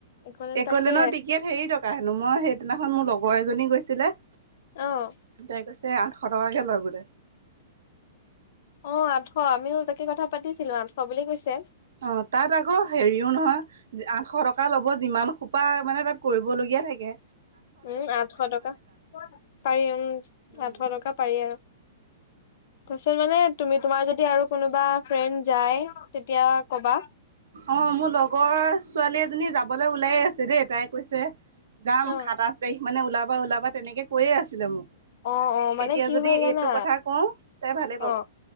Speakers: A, on the left; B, on the right.
A: একলেন
B: একলেনৰ
A: তাকে
B: টিকেট হেৰি টকা হেনো মই সেইদিনাখন মোৰ লগ বৰ এজনী গৈছিলে
A: আহ
B: তাই কৈছে আঠশ টকাকে লয় বোলে
A: অ আঠশ আমিও তাকে কথা পাতিছিলো আঠশ বুলি কৈছে
B: অ তাত আকৌ হেৰিও নহয় আঠশ টকা ল'ব যিমান খোপা মানে তাত কৰিবলগীয়া ইয়াৰাগে
A: উম আঠশ টকা পাৰি উম
B: অ
A: আঠশ টকা পাৰি আৰু তছত মানে তুমি তোমাৰ যদি আৰু কোনোবা ফ্ৰেণ্ড যায় তেতিয়া কবা
B: অ মোৰ লগৰ ছোৱালী এজনী যাবলৈ ওলাই আছে দেই তাইক কৈছে যাম
A: অ'।
B: সাত আঠ তাৰিখ মানে ওলাবা ওলাবা তেনেকৈ কৈয়ে আছিলে মোক
A: অ অ মানে
B: এতিয়া
A: কি
B: যদি
A: হ'ল জানা
B: এইটো কথা কওঁ তাই ভালেই পাব
A: অ